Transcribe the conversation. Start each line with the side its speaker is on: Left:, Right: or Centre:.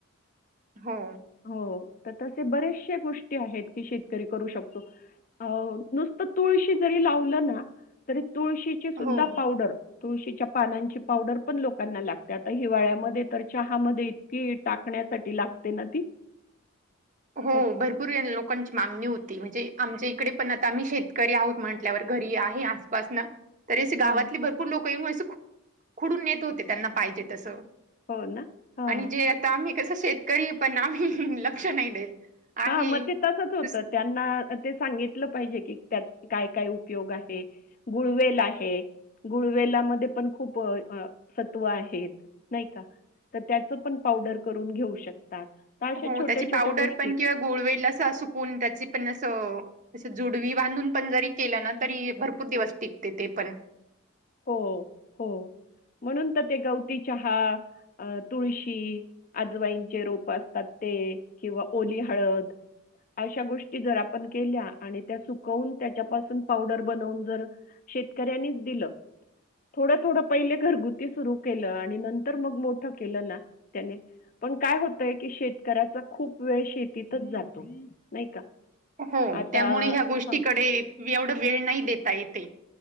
Right: हो
Left: हो तर तसे बरेचशे गोष्टी आहेत की शेतकरी करू शकतो. अ नुसत तुळशी जरी लावल ना तरी तुळशी सुद्धा
Right: हो, हो.
Left: पावडर तुळशीच्या पानांची पावडर पण लोकांना लागते आता हिवाळ्यामध्ये तर चहा मध्ये इतकी टाकण्यासाठी लागते ना ती.
Right: हो
Left: तर
Right: भरपूर लोकांची मागणी होती म्हणजे आमच्या इकडे पण आता आम्ही शेतकरी आहोत म्हण म्हंटल्यावर घरी आहे आसपास ना. तरी असे गावातली
Left: हां.
Right: भरपूर लोक ये मग खुडून नेत होते त्यांना पाहिजे तस.
Left: हो ना? हां.
Right: आणि जे आता आम्ही कस शेतकरी पण आम्ही लक्ष नाय देत.
Left: हा
Right: आहे.
Left: म ते तसच होतत.
Right: तस-
Left: त्यांना ते सांगितलं पाहिजे की त्याच काय काय उपयोग आहे. गुळवेल आहे. गुळवेलामध्ये पण खूप सत्व आहेत नाय का. तर त्याच पण पावडर करून घेऊ शकतात तर अशा
Right: हो
Left: छोट्या-छोट्या
Right: त्याची पावडर
Left: गोष
Right: पण किंवा गुळवेल असं सुकून त्याची पण असं असं जुडवी बांधून पण जरी केलं ना तरी भरपूर दिवस टिकते ते पण.
Left: हो हो म्हणून तर ते गवती चहा, तुळशी आजवाईंचे रोप असतात ते किंवा ओली हळद अशा गोष्टी जर आपण केल्या आणि त्या सुकवून त्याच्यापासून पावडर बनवून जर शेतकऱ्यांनीच दिलं थोडं थोडं पहिले घरगुती सुरु केलं आणि नंतर मग मोठं केलं ना त्याने पण काय होतय की शेतकऱ्याचा खूप वेळ शेतीतच जातो नाय का.
Right: हो
Left: आता
Right: त्यामुळे ह्या गोष्टीकडे
Left: हां,
Right: एवढं वेळ नाय देता येत ए.